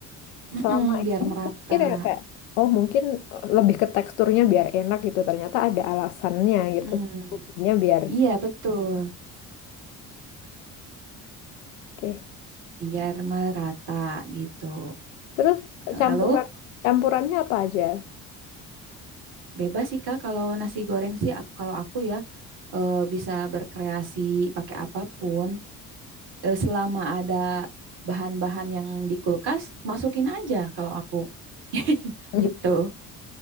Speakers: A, on the right; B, on the left.
A: Mm-mm,
B: Selama
A: biar
B: ini
A: merata.
B: aku pikir ya kayak, oh mungkin lebih ke teksturnya biar enak gitu. Ternyata ada alasannya gitu.
A: Mm-mm.
B: Bumbunya biar
A: Iya, betul.
B: oke.
A: Biar merata gitu.
B: Terus
A: Lalu
B: campuran campurannya apa aja?
A: bebas sih Kak kalau nasi goreng sih ak- kalau aku ya eh, bisa berkreasi pakai apapun Eh, selama ada bahan-bahan yang di kulkas masukin aja kalau aku <laughs>
B: <laughs>
A: gitu